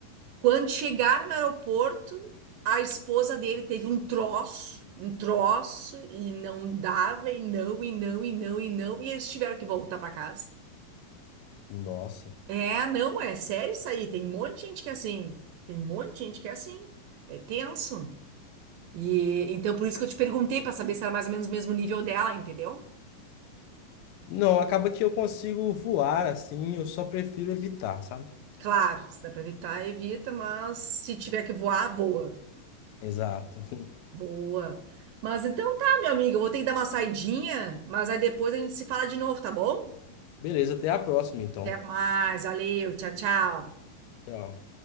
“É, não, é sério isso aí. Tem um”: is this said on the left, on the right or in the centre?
Right